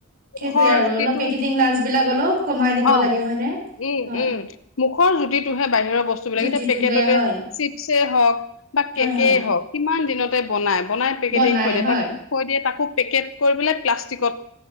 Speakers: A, on the right (about 45°); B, on the left (about 80°).
A: সেইটোয়ে
B: মুখৰ
A: আৰু
B: জুতিটো
A: অলপ পেকেটিং লাঞ্চ বিলাক অলপ কমাই দিব
B: অ
A: লাগে হয়নে।
B: উম
A: হয়
B: উম মুখৰ জুতিটোহে বাহিৰৰ বস্তুবিলাক
A: জুতিটোহে
B: এতিয়া পেকেটতে
A: হয়
B: চিপছে হওক বা কেকেই
A: হয় হয়
B: হওক কিমান দিনত। বনাই বনাই পেকেটিং
A: বনাই
B: থৈ দিয়ে
A: হয়
B: তাক থৈ দিয়ে তাকো পেকেট কৰি পেলাই প্লাষ্টিকত